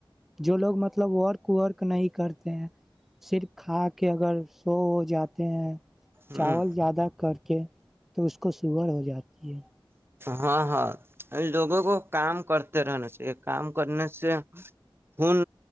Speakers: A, in the centre; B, on the right.
A: جو لوگ مطلب ورک ورک نہیں کرتے ہیں صرف کھا کے اگر سو ہو جاتے ہیں
B: ہ
A: چاول زیادہ کر کے تو اس کو سور ہو جاتی ہے
B: ہاں ہاں لوگوں کو کام کرتے رہنا چاہیے کام کرنے سے خون